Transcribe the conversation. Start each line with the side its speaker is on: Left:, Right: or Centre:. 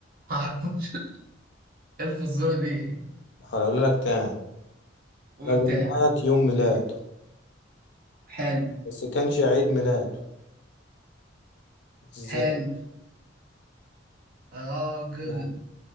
Right: معرفش <laughs> الف الصورة دي
Left: هقول لك تاني
Right: قول
Left: راجل
Right: تاني
Left: مات يوم ميلاده
Right: حلو
Left: بس كانش عيد ميلاده ازاي
Right: حلو راجل
Left: ازاي